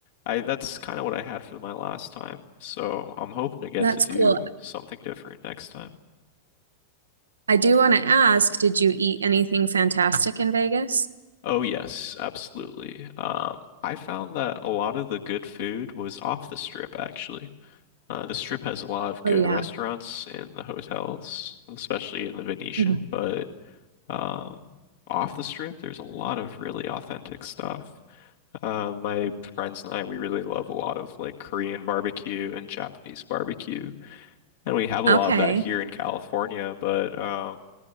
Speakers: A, on the left; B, on the right.
A: I that's kind of what I had for my last time. So, I'm hoping to get
B: That's
A: to do
B: cool.
A: something different next time.
B: I do want to ask, did you eat anything fantastic in Vegas?
A: Oh yes, absolutely. Um I found that a lot of the good food was off the strip actually. Uh, the strip has a lot of good
B: Oh yeah.
A: restaurants and the hotels, especially in the Venetian,
B: Mhm.
A: but um, off the strip, there's a lot of really authentic stuff. Uh, my friends and I, we really love a lot of like Korean barbecue and Japanese barbecue, and we have a
B: Okay.
A: lot of that here in California, but um,